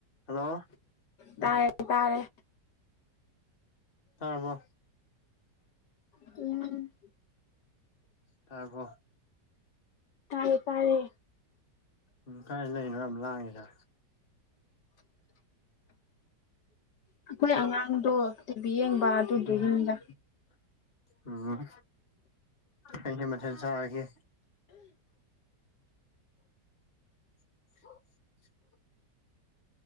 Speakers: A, on the left (about 30°); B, on the left (about 70°).
A: hello
B: ꯇꯥꯔꯦ ꯇꯥꯔꯦ
A: ꯇꯥꯔꯕꯣ
B: ꯎꯝ
A: ꯇꯥꯔꯕꯣ
B: ꯇꯥꯏꯌꯦ ꯇꯥꯔꯦ
A: ꯎꯝ ꯀꯥꯏ ꯂꯩꯅꯣ ꯌꯥꯝ ꯂꯥꯡꯉꯤꯗ
B: ꯑꯩꯈꯣꯏ ꯑꯉꯥꯡꯗꯣ ꯇꯤꯚꯤ ꯌꯦꯡꯕ ꯑꯗꯨꯗꯨꯒꯤꯅꯤꯗ
A: ꯎꯝ ꯎꯝ ꯍꯩꯅ ꯃꯊꯦꯟ ꯆꯥꯔꯒꯦ <unintelligible>